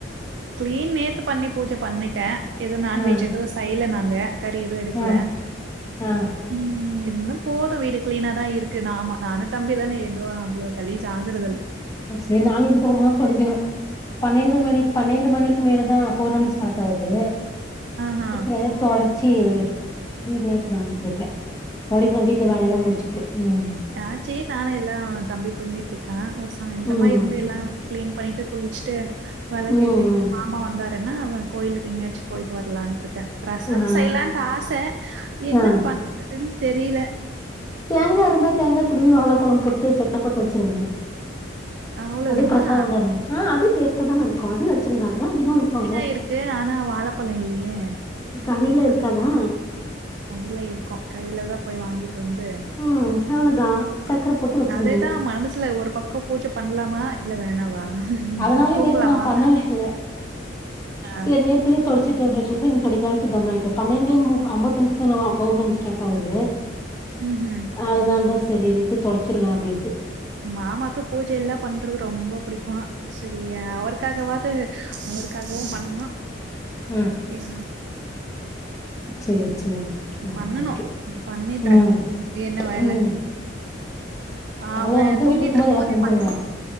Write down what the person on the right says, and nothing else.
கிளீன் நேத்து பண்ணி பூஜ பண்ணிட்டே எது நான்வெஜ்
எது செய்யல நாங்க கறி எது எடுக்கல
ம் இருந்த போ இப்ப வீடு கிளீனாதா இருக்கு நாமா நானு தம்பி தானே ஏதோ அவ்ளோ கலிஜ் ஆகுறதுல்
ஆஹா
நா செ நானு எல்லா தம்பி தூங்கிட்டுருக்கா ஒரு சாயந்திரமா
இருந்து எல்லா கிளீன் பண்ணிட்டு குளிச்சுட்டு வெளக்கேத்திட்
<inaudible> மாமா வந்தாருன்னா அவெ கோயிலுக்கு எங்கேயாச்சு போயிட்டு வரலான் டுருக்கே பிரசாதொ
செய்லான்ட்டு ஆச என்ன
பண்றதுன்னு தெரில
அவ்ளோதானா
தேங்கா இருக்கு ஆனா வாழப்பழொ இல்லியே
கடைல இருக்கும் கடைல தா போய் வாங்கிட்டு வந்து
அதேதா மனசுல ஒரு பக் க்கு பூஜ பண்லாமா இல்ல வேணாவா
தூங்கலாமா
ஆ
உஹூம்
மாமாக்கு பூஜை எல்லா பண்றது ரொம்ப புடிக்கு செரீ அவரு காகவாது அவருக்காகவு பண்ணனு
ஏ நம்
பண்ணணு
பண்ணிட்றே
என்ன வேல
அவ
தூங்கிட்ருக்கும்
போதே
பண்ணு